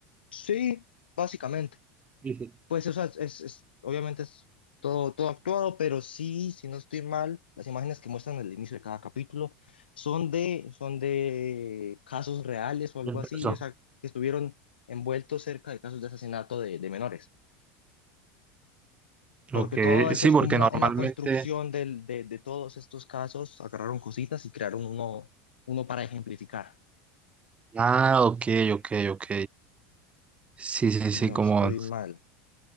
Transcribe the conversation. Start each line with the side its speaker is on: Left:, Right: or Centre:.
Left: Sí, básicamente.
Right: Sí, sí.
Left: Pues, o sea, es, es- obviamente es todo, todo actuado, pero sí, si no estoy mal, las imágenes que muestran al inicio de cada capítulo son de, son de casos reales o algo
Right: Del
Left: así,
Right: peso.
Left: o sea, que estuvieron envueltos cerca de casos de asesinato de de menores. Porque
Right: Ok,
Left: todo eso
Right: sí,
Left: es
Right: porque
Left: como una,
Right: normalmente.
Left: una construcción del- de, de todos estos casos, agarraron cositas y crearon uno, uno para ejemplificar,
Right: Ah, ok, ok, ok. Sí, sí,
Left: si
Right: sí,
Left: no
Right: como.
Left: estoy mal.